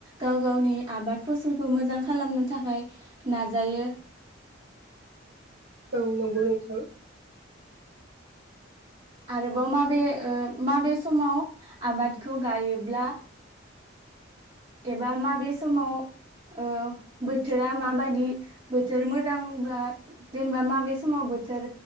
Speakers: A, on the right; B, on the right.
A: गाव गावनि आबाद फसलखौ मोजां खालामनो थाखाय नाजायो।
B: औ नंगौ नोंथां।
A: आरोबाव माबे ओ माबे समाव आबादखौ गायोब्ला एबा माबे समाव ओ बोथोरा माबायदि बोथोर मोजांब्ला जेनेबा माबे समाव बोथोर